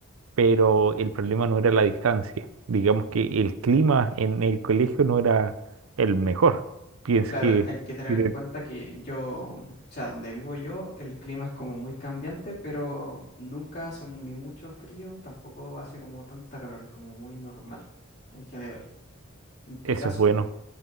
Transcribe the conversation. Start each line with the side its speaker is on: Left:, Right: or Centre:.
Right: pero el problema no era la distancia. Digamos que el clima en el colegio no era el mejor. Pienso
Left: Claro,
Right: que
Left: hay que tener
Right: tiene-
Left: en cuenta que yo, mm, o sea, donde vivo yo, el clima es como muy cambiante, pero nunca hace ni mucho frío, tampoco hace como tanta calor, es como muy normal en general. En tu
Right: eso
Left: caso,
Right: es bueno. <laughs>